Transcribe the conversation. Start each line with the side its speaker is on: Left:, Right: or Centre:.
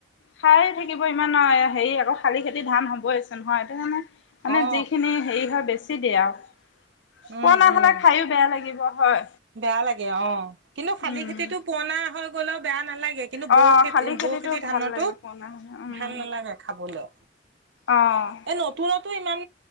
Left: খাই থাকিব ইমান হেৰি আকৌ শালি খেতি ধান হ'বই আছে নহয় সেইটো কাৰণে মানে
Right: অ
Left: যিখিনি হেৰি হয় বেছি <unintelligible>
Right: উম,
Left: পুৰণা
Right: উম
Left: হ'লে খায়ো বেয়া লাগিব হয়।
Right: বেয়া লাগে অ, ' কিন্তু শালি
Left: উম।
Right: খেতিটো। পুৰনা হৈ গ'লও বেয়া নালাগে। কিন্তু
Left: অ',
Right: বৌ খেতি
Left: শালি খেতিটো
Right: বৌ খেতি ধানতো
Left: ভাল লাগে পুৰণা উম,
Right: ভাল নালাগে খাবলে
Left: অ',
Right: এ নতুনতো ইমান।